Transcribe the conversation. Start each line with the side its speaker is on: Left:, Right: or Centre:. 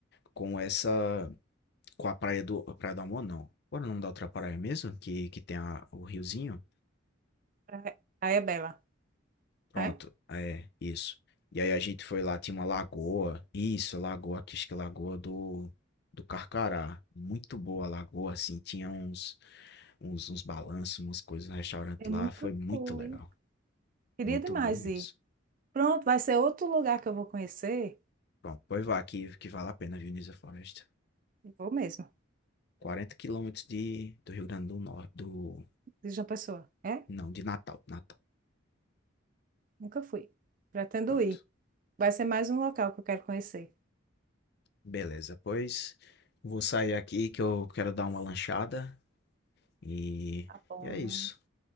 Left: com essa com a praia do a Praia do Amor, não. Qual era o nome da outra praia mesmo? Que que tem a, o riozinho?
Right: É- Aí é Bela,
Left: Pronto,
Right: é?
Left: é, isso. E aí a gente foi lá, tinha uma lagoa. Isso, lagoa, aqui, acho que é lagoa do, do Carcará. Muito boa a lagoa, assim, tinha uns, uns, uns balanços, umas coisas, um restaurante
Right: Eu
Left: lá.
Right: nunca
Left: Foi muito
Right: fui.
Left: legal.
Right: Queria
Left: Muito
Right: demais
Left: boa mesmo.
Right: ir. Pronto, vai ser outro lugar que eu vou conhecer.
Left: Pronto, pois vá aqui, que vale a pena, viu, Nisa Floresta.
Right: Vou mesmo,
Left: quarenta quilômetros de, do Rio Grande do Norte, do...
Right: diz uma pessoa. É?
Left: Não, de Natal, Natal.
Right: Nunca fui. Pretendo
Left: Pronto.
Right: ir. Vai ser mais um local que eu quero conhecer.
Left: Beleza, pois vou sair aqui que eu quero dar uma lanchada e,
Right: Tá bom.
Left: e é isso.